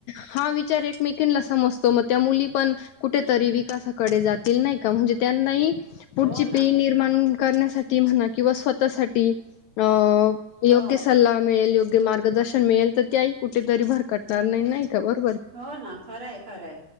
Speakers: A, on the left; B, on the right.
A: हा रेटमेकिनला समजतो मग त्या मुली पण कुठेतरी विकासाकडे जात के नाही का म्हणजे त्यांनाही पुढची
B: हो ना
A: पी निर्माण करण्यासाठी म्हणा किंवा स्वतःसाठी अ योग्य
B: हो
A: सला मिळेल योग्य मार्गदर्शन मिळेल तर, तेई कुठेतरी भरकटणार नाही खबर.
B: हो ना खरंय खरंय,